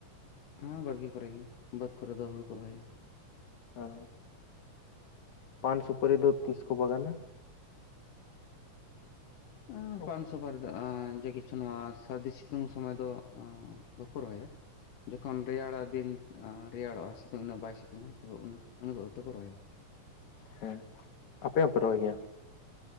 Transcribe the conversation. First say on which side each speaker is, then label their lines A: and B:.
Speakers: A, on the left (about 80°); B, on the left (about 65°).
A: ᱦᱟᱸ, ᱵᱟᱲᱜᱤ ᱠᱚᱨᱮ ᱜᱮ, ᱵᱟᱹᱫᱽ ᱠᱚᱨᱮ ᱫᱚ ᱦᱩᱲᱩ ᱠᱚ ᱨᱚᱦᱚᱭᱟ᱾
B: ᱟᱸ ᱯᱟᱱ, ᱥᱩᱯᱟᱹᱨᱤ ᱫᱚ ᱛᱤᱥ ᱠᱚ ᱵᱟᱜᱟᱱᱟ?
A: ᱟᱸ
B: ᱚᱠ-
A: ᱯᱟᱱ, ᱥᱩᱯᱟᱨᱤ ᱫᱚ ᱟᱸ ᱡᱮ ᱠᱤᱪᱷᱩ ᱱᱚᱣᱟ ᱥᱟᱫᱽᱫᱤ ᱥᱤᱛᱩᱝ ᱥᱚᱢᱚᱭ ᱫᱚ ᱚᱸ ᱵᱟᱠᱚ ᱨᱚᱦᱚᱭᱟ᱾ ᱡᱚᱠᱷᱚᱱ ᱨᱮᱭᱟᱲᱟ ᱫᱤᱱ ᱟᱸ ᱨᱮᱭᱟᱲᱚᱜᱼᱟ, ᱥᱤᱛᱟᱹᱝ ᱤᱱᱟᱹᱜ ᱵᱟᱭ ᱥᱤᱛᱩᱝᱟ ᱛᱚ ᱩᱱ-ᱩᱱ ᱚᱠᱛᱚ ᱠᱚ ᱨᱚᱦᱚᱭᱟ᱾
B: ᱦᱮᱸ, ᱟᱯᱮ ᱣᱚᱯᱮ ᱨᱚᱦᱚᱭ ᱜᱮᱭᱟ?